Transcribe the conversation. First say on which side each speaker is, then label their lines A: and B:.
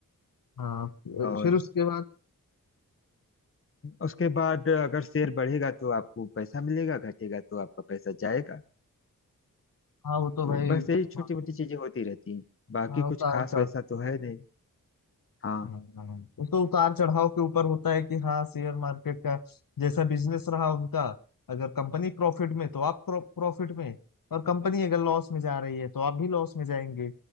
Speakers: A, on the left; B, on the left.
A: हाँ
B: और
A: फिर उसके बाद
B: उसके बाद अगर शेयर बढ़ेगा तो आपको पैसा मिलेगा घटेगा तो आपका पैसा जाएगा
A: हाँ वो तो
B: तो
A: भाई
B: बस यही छोटी
A: हाँ
B: मोटी चीजें होती रहती हैं बाकी
A: हाँ, उतार
B: कुछ खास
A: चढ़
B: वैसा तो है नहीं हाँ
A: हाँ, वो तो उतार चढ़ाव के ऊपर होता है कि हाँ शेयर मार्केट का जैसा बिजनेस रहा उनका अगर कंपनी प्रॉफिट में तो आप प्रॉफिट में और कंपनी अगर लॉस में जा रही है तो आप भी लॉस में जाएंगे